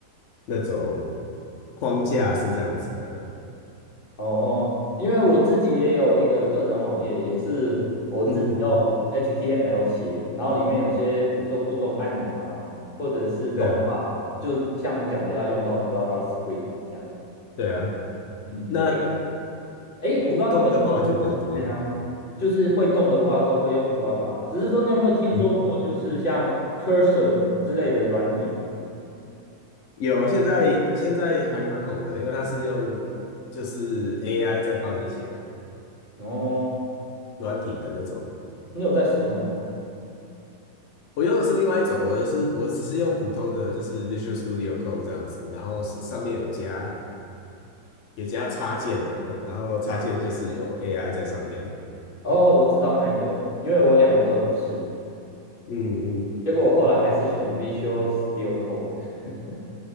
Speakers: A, on the left (about 80°); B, on the left (about 30°).
A: 那种框架是这样子的。
B: 哦，因为我自己也有一个个人网页，也是我自己用
A: 嗯嗯嗯，
B: HTML 写，然后里面有些比如说互动按钮啊，或者是动画，
A: 对啊
B: 就像你讲的要用到 JavaScript 这样。
A: 对啊。
B: 嗯，
A: 那
B: 诶诶，我不知道你有没有听说过，
A: 互动的话就比较多了。
B: 哎呀，就是会动的话都会用 Java 啦，只是说你有没有听说过，
A: 嗯哼，
B: 就是像 Cursor 之类的软体？
A: 有啊，现在现在还蛮红的，因为它是用就是 AI 在帮你写
B: 哦，
A: 软体的那种。
B: 你有在使用吗？
A: 我用的是另外一种，我的是我只是用普通的，就是 Visual Studio Code 这样子，然后是上面有加有加插件的，然后插件就是有 AI 在上面。
B: 哦，我知道那一个，因为我两个都有试。
A: 嗯嗯，
B: 结果我后来还是选 Visual Studio Code。<laughs>